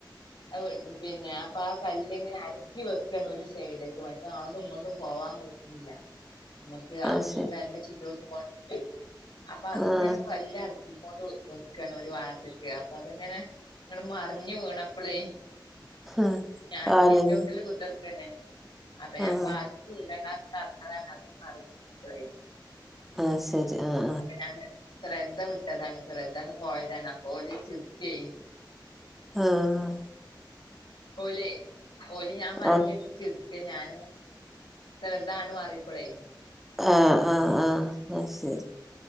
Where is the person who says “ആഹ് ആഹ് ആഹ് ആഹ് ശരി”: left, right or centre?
Centre